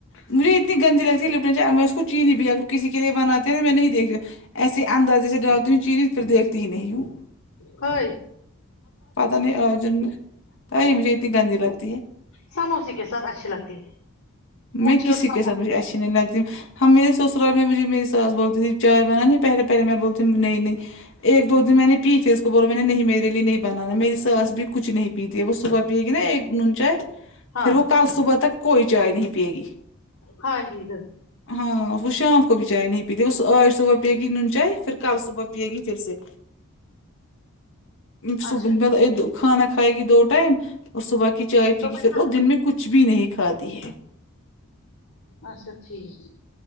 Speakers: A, on the left; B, on the left.
A: مجھے اتنی گندی لگتی ہے لپٹن چائے میں اس کو چینی بی اگر کسی کے لیے بناتے ہیں ن میں نہیں دیکھتی ایسے اندازے سے ڈالتی ہوں چینی پھر دیکھتی ہی نہیں ہوں
B: کھائے
A: پتہ نہیں آج انھیں تو ائی مجھے اتنی گندی لگتی ہے
B: سموسے کے ساتھ اچھی لگتی ہے
A: میں
B: مٹھی
A: کسی
B: اور سموسے
A: کے ساتھ مجھے اچھی نہیں لگتی ہم میرے سسرال مںجھے میری ساس بولتی تھی چائے بنانے پہلے پہلے میں بولتی نہیں نہیں ایک دو دن میں نے پی پھر اس کو بولا میں نے نہیں میرے لئیے نہیں بنانا میری ساس بھی کچھ نہیں پیتی ہے وہ صبح پیے گی نا ایک نون چائے
B: ہاں
A: پھر وہ کل صبح تک کوئی چائے نہیں پیے گی
B: ہاں جی سر
A: ہاں وہ شام کو بھی چائے نہیں پیتی وہ آج صبح پیے گی نون چائے پھر کل صبح پیے گی پھر سے صبح
B: اچھا
A: مطلب
B: ٹھیک
A: یہ دو- کھانا کھائے گی دو ٹائم اور صبح کی چائے پی
B: تو
A: گی پھر
B: نا
A: وہ دن میں کچھ بھی نہیں کھاتی ہے
B: اچھا ٹھیک